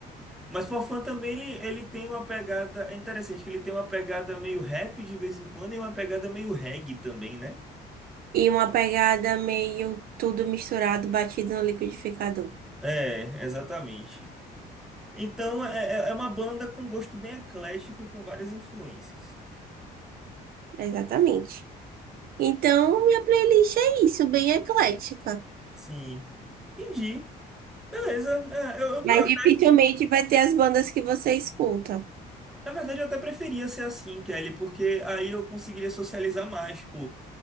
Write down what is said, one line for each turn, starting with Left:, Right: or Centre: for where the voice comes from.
Centre: Mas Forfã também, ele, ele tem uma pegada, é interessante que ele tem uma pegada meio rap de vez em quando e uma pegada meio reggae também, né?
Right: E uma pegada meio tudo misturado, batido no liquidificador.
Centre: É, exatamente. Então é, é é uma banda com gosto bem eclético e com várias influências.
Right: Exatamente. Então, minha playlist é isso, bem eclética.
Centre: Sim. Entendi. Beleza. É, eu, eu-
Right: Mas
Centre: na verdade,
Right: dificilmente vai ter as bandas que você escuta.
Centre: na verdade, eu até preferia ser assim, Kelly, porque aí eu conseguiria socializar mais, tipo,